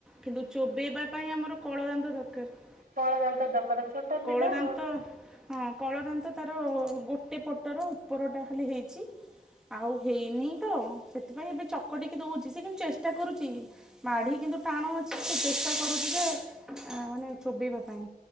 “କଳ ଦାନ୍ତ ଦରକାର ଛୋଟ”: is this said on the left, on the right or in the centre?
Right